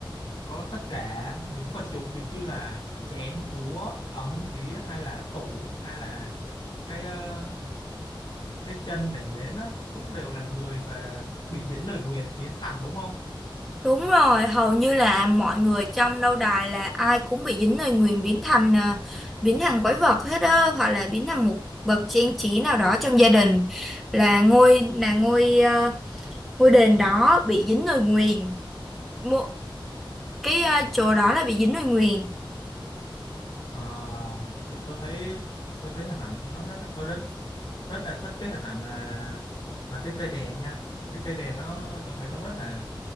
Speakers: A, on the left; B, in the centre.
A: có tất cả những vật dụng giống như là chén đũa ấm đĩa hay là tủ hay là cái ờ, cái chân để lên á cũng đều là người và bị dính lời nguyền biến thành đúng không
B: Đúng rồi, hầu như là mọi người trong lâu đài là ai cũng bị dính lời nguyền biến thành ờ, biến thành quái vật hết á, hoặc là biến thành một vật trang trí nào đó trong gia đình là ngôi là ngôi ờ, ngôi đền đó bị dính lời nguyền. mộ cái ờ, chỗ đó là bị dính lời nguyền.
A: À, tôi, tôi thấy tôi thấy hình ảnh nó rất tôi rất rất là thích cái hình ảnh mà mà cái cây đèn nha cái cây đèn nó tôi thấy nó rất là